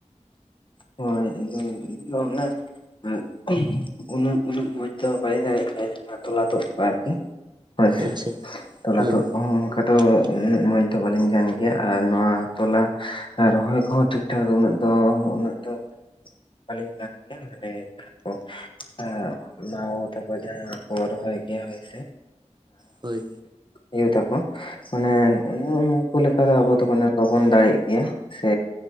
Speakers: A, on the left; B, on the right.
A: ᱦᱳᱭ ᱤᱧᱫᱚ, ᱤᱧ ᱫᱚ ᱚᱱᱮ ᱮᱸᱜ ᱩᱱᱟᱹᱜ ᱩᱱᱟᱹᱜ ᱢᱚᱸᱡᱽ ᱫᱚ ᱵᱟᱹᱭᱤᱧ ᱫᱟᱲᱮᱭᱟᱜ ᱜᱮᱭᱟ ᱡᱟᱦᱟᱸ ᱛᱚᱞᱟ ᱛᱩᱫ ᱠᱚ ᱟᱨᱠᱤ᱾ ᱦᱚᱭ ᱥᱮ
B: ᱟᱪᱪᱷᱟ
A: ᱛᱚᱞᱟ
B: ᱦᱮᱸ
A: ᱛᱩᱫ ᱠᱚᱦᱚᱸ ᱚᱱᱠᱟᱫ
B: <inaudible>
A: ᱩᱱᱟᱹᱜ ᱢᱚᱡᱽ ᱫᱚ ᱵᱟᱹᱞᱤᱧ ᱠᱟᱱ ᱜᱮᱭᱟ, ᱟᱨ ᱱᱚᱣᱟ ᱛᱚᱞᱟ ᱨᱚᱦᱚᱭ ᱠᱚᱦᱚᱸ ᱴᱷᱤᱠ ᱴᱷᱟᱠ ᱫᱚ ᱩᱱᱟᱹᱜ ᱫᱚ ᱩᱱᱟᱹᱜ <inaudible> ᱵᱟᱹᱞᱤᱧ ᱜᱟᱱ ᱜᱮᱭᱟ᱾ ᱢᱟᱱᱮ ᱡᱟᱦᱟᱸ ᱠᱚ ᱟᱸ ᱢᱟᱜᱳ ᱛᱟᱠᱚ ᱡᱟᱦᱟᱸ ᱠᱚ ᱨᱚᱦᱚᱭ ᱜᱮᱭᱟ ᱦᱳᱭ ᱥᱮ᱾
B: ᱦᱳᱭ
A: ᱤᱭᱟᱹ ᱛᱟᱠᱚ᱾ ᱢᱟᱱᱮ ᱱᱩᱜ-ᱩ ᱩᱱᱠᱩ ᱞᱮᱠᱟ ᱫᱚ ᱟᱵᱚ ᱫᱚ ᱢᱟᱱᱮ ᱵᱟᱵᱚᱱ ᱫᱟᱲᱮᱭᱟᱜ ᱜᱮᱭᱟ᱾ ᱥᱮ